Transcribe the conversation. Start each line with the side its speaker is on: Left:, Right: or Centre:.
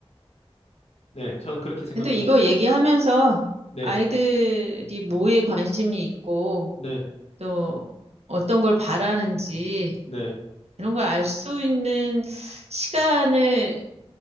Left: 네, 저는 그렇게 생각합니다.
Right: 근데 이거 얘기하면서
Left: 네,
Right: 아이들이 뭐에 관심이 있고
Left: 네,
Right: 또 어떤 걸 바라는지
Left: 네.
Right: 이런 걸 알 수 있는 시간을